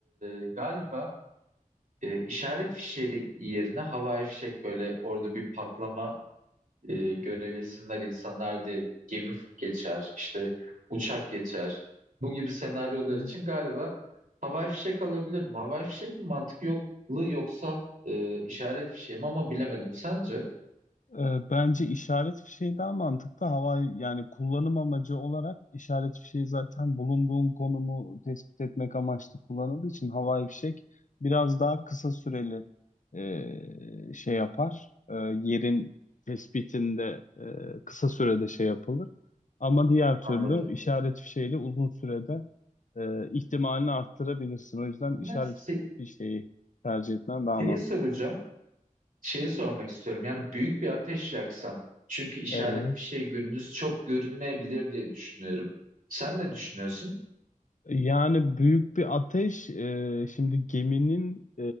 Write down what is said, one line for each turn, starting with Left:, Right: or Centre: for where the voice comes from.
Right: e, galiba e, işaret fişleri yerine havai fişek böyle orada bir patlama e, görebilsinler insanlar diye gemi f- geçer, işte uçak geçer. Bu gibi senaryolar
Left: Hı hı.
Right: için galiba havai fişek alabilirdim. Havai fişek mi mantık yokluğu yoksa e, işaret fişeği mi ama bilemedim. Sence?
Left: Ee, Bence işaret fişeği daha mantıklı. Havai yani kullanım amacı olarak işaret fişeği zaten bulunduğun konumu tespit etmek amaçlı kullanıldığı için havai fişek biraz daha kısa süreli e, şey yapar. E, yerin tespitinde e, kısa sürede şey yapılır. Ama diğer türlü
Right: Anladım.
Left: işaret fişeğiyle uzun sürede e, ihtimalini arttırabilirsin. O yüzden
Right: Bunlar
Left: işaret
Right: se-
Left: fişeği tercih etmen daha
Right: şeyi
Left: mantıklı.
Right: soracağım. Şeyi sormak istiyorum. Yani büyük bir ateş yaksam. Çünkü işaret
Left: Evet.
Right: fişeği gündüz çok görünmeyebilir diye düşünüyorum. Sen ne düşünüyorsun?
Left: Yani büyük bir ateş. e, şimdi geminin